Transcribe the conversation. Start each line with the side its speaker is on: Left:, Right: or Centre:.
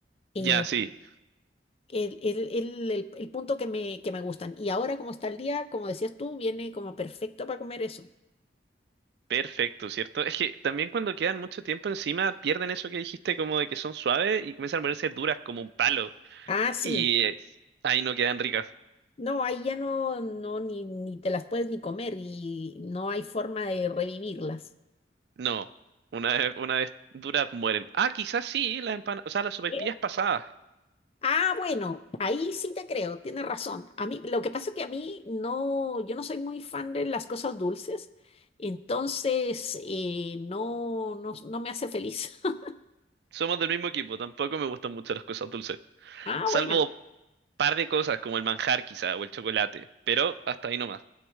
Left: eh,
Right: Ya, sí,
Left: el, el- el- el- el punto que me, que me gustan. Y ahora como está el día, como decías tú, viene como perfecto para comer eso.
Right: Perfecto, ¿cierto? Es que también cuando quedan mucho tiempo encima pierden eso que dijiste como de que son suaves y comienzan a ponerse duras como un palo.
Left: Ah, sí.
Right: Y eh, ahí no quedan ricas.
Left: No, ahí ya no, no, ni, ni te las puedes ni comer y no hay forma de revivirlas.
Right: No, una vez, una vez duras mueren. Ah, quizás sí, las empanadas, o sea, las sopaipillas
Left: ¿Sí?
Right: pasadas.
Left: Ah, bueno, ahí sí te creo, tienes razón. A mí, lo que pasa es que a mí no, yo no soy muy fan de las cosas dulces, entonces eh, no, no, no me hace feliz. <laughs>
Right: Somos del mismo equipo, tampoco me gustan mucho las cosas dulces.
Left: Ah,
Right: Salvo
Left: bueno.
Right: un par de cosas como el manjar quizá o el chocolate, pero hasta ahí nomás.